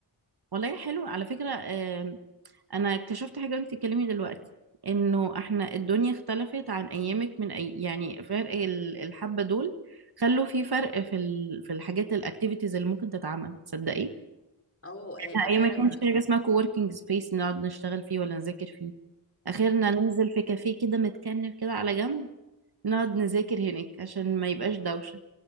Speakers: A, on the right; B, on the left.
A: والله حلو على فكرة آه، انا اكتشفت حاجه وانت بتتكلمي دلوقتي انه احنا الدنيا اختلفت عن ايامك من أي... يعني فرق ال- الحبه دول خلوا في فرق في ال... في الحاجات الاكتيفيتيز اللي ممكن تتعمل تصدقي
B: اه
A: احنا
B: آه، فعلا
A: ايام ما كانش في حاجه اسمها كووركينج سبيس نقعد نشتغل فيه ولا نذاكر فيه اخرنا ننزل في كافيه كده متكنف كده على جنب نقعد نذاكر هناك عشان ما يبقاش دوشه